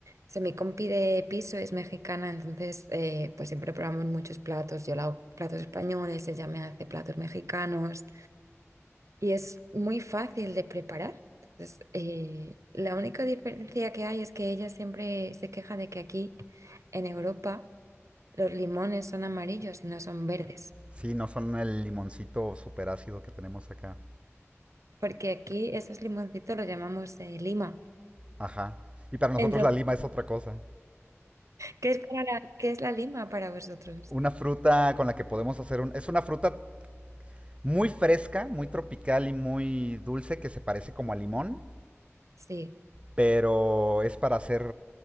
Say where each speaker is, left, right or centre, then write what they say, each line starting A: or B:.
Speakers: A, on the right; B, on the right.
A: O sea, mi compi de piso es mexicana, entonces eh, pues siempre probamos muchos platos, yo le hago platos españoles, ella me hace platos mexicanos. y es muy fácil de preparar. Entonces, eh, la única diferencia que hay es que ella siempre se queja de que aquí en Europa los limones son amarillos y no son verdes,
B: Sí, no son el limoncito súper ácido que tenemos acá.
A: porque aquí esos limoncitos los llamamos eh, lima.
B: Ajá. Y para nosotros
A: Entonces,
B: la lima es otra cosa.
A: ¿qué es para la, qué es la lima para vosotros?
B: una fruta con la que podemos hacer un... Es una fruta muy fresca, muy tropical y muy dulce que se parece como a limón,
A: Sí,
B: pero es para hacer,